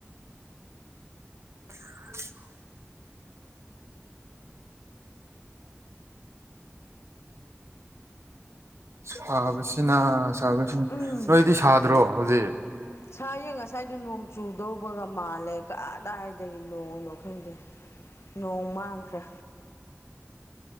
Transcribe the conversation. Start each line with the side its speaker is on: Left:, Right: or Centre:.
Right: <unintelligible> ꯁꯥꯕꯁꯤꯅ ꯁꯥꯕꯁꯤꯅ
Left: ꯎꯝ
Right: ꯅꯣꯏꯗꯤ ꯁꯥꯗ꯭ꯔꯣ ꯍꯧꯖꯤꯛ꯫
Left: ꯁꯥꯏꯌꯦ ꯉꯁꯥꯏꯗꯨ ꯅꯣꯡ ꯆꯨꯗꯧꯕꯒ ꯃꯥꯜꯂꯦ ꯀꯗꯥꯏꯗꯒꯤ ꯅꯣꯡꯅꯣ ꯈꯪꯗꯦ꯫ ꯅꯣꯡ ꯃꯥꯡꯈ꯭ꯔꯦ꯫